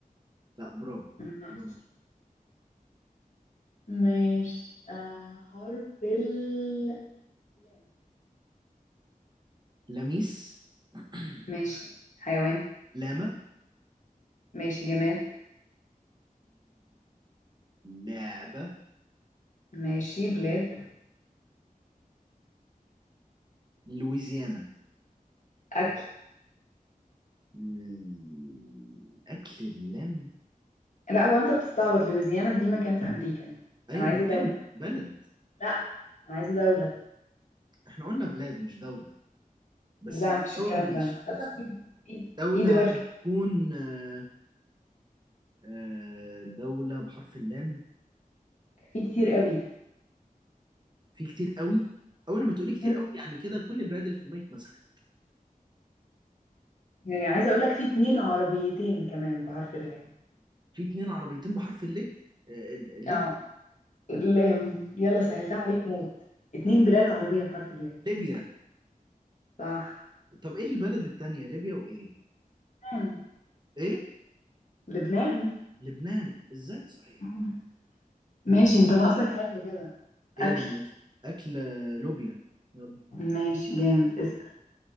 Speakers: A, on the right; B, on the left.
A: لا برافو
B: مم.
A: برافو
B: ماشي آه حرف اللام
A: لميس <clears throat>
B: ماشي حيوان
A: لاما
B: ماشي جماد
A: لعبة
B: ماشي بلاد
A: لويزيانا
B: اكل
A: الأكل بلم
B: لا هو انت بتستعبط لويزيانا دي مكان في امريكا
A: أيوة
B: انا عايزه
A: مكان
B: دوله
A: بلد
B: لا انا عايزه دوله
A: إحنا قلنا بلاد مش دولة بس
B: لا
A: لو
B: مفيش
A: دولة
B: الكلام
A: ماشي
B: ده عامة
A: خلاص طيب.
B: في في
A: دولة
B: في دول
A: هتكون
B: كده،
A: آه، آه، دولة بحرف اللام
B: في كتير قوي
A: في كتير قوي أول ما تقولي كتير
B: مم.
A: قوي يعني كده كل البلاد اللي في دماغي اتمسحت
B: يعني عايزه اقول لك في اتنين عربيتين كمان بحرف اللام
A: في اتنين عربيتين بحرف الليه آه، ال- الليه
B: اه اللام يلا سهلتها عليك موت اتنين بلاد عربيه بحرف اللام
A: ليبيا
B: صح
A: طب إيه البلد التانية ليبيا وإيه؟
B: لبنان
A: إيه؟
B: لبنان
A: لبنان إزاي صحيح؟
B: مم. ماشي انت ناقصك حاجه كده
A: ايه
B: اكل
A: الموز اكل لوبيا يلا
B: ماشي جامد اسال